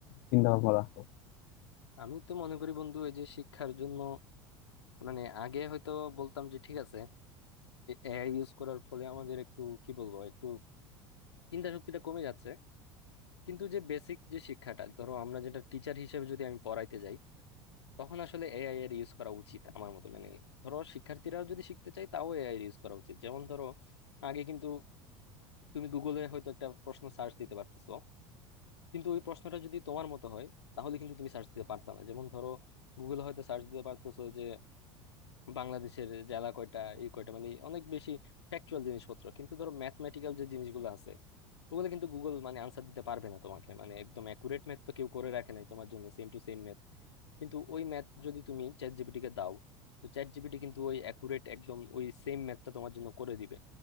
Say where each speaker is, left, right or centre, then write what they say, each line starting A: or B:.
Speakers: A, on the left (about 55°); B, on the left (about 70°).
A: চিন্তা ভাবনা রাখো
B: আমি তো মনে করি বন্ধু এই যে শিক্ষার জন্য মানে আগে হয়তো বলতাম যে ঠিক আছে এআই ইউজ করার ফলে আমাদের একটু কি বলবো একটু চিন্তা শক্তিটা কমে যাচ্ছে কিন্তু যে বেসিক যে শিক্ষাটা ধরো আমরা যেটা টিচার হিসেবে যদি আমি পড়াইতে যাই তখন আসলে এআই এর ইউজ করা উচিত আমার মতে মানে ধরো শিক্ষার্থীরাও যদি শিখতে চায় তাও এআই এর ইউজ করা উচিত যেমন ধরো আগে কিন্তু তুমি গুগলে হয়তো একটা প্রশ্ন সার্চ দিতে পারতেছো কিন্তু ওই প্রশ্নটা যদি তোমার মতো হয় তাহলে কিন্তু তুমি সার্চ দিতে পারতো না যেমন ধরো গুগলে হয়তো সার্চ দিতে পারতেছো যে বাংলাদেশের জেলা কয়টা ই কয়টা মানে অনেক বেশি ফ্যাকচুয়াল জিনিসপত্র কিন্তু ধরো ম্যাথমেটিক্যাল যে জিনিসগুলো আছে ওগুলো কিন্তু গুগল মানে আনসার দিতে পারবে না তোমাকে মানে একদম অ্যাকুরেট ম্যাথ তো কেউ করে রাখে নাই তোমার জন্য সেম টু সেম ম্যাথ কিন্তু ওই ম্যাথ যদি তুমি চ্যাট জিপিটি কে দাও তো চ্যাট জিপিটি কিন্তু ওই অ্যাকুরেট একদম ওই সেম ম্যাথটা তোমার জন্য করে দিবে